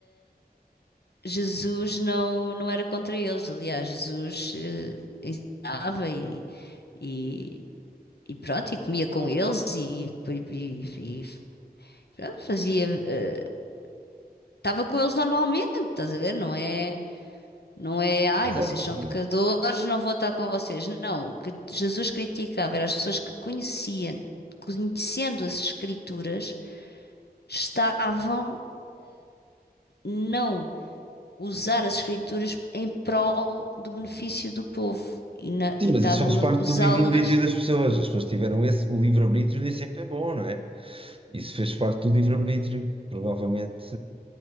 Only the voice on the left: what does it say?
Jesus não, não era contra eles. Aliás, Jesus eh, ensinava e, e, e pronto, e comia com eles e, e- e- pronto, fazia, eh, estava com eles normalmente, estás a ver? Não é, não é, ai,
vocês são
pecadores, não vou estar com vocês. Não, o que Jesus criticava era as pessoas que conheciam, conhecendo as Escrituras, estavam não usar as escrituras em prol do benefício do povo e na-
e estavam
a usá-las.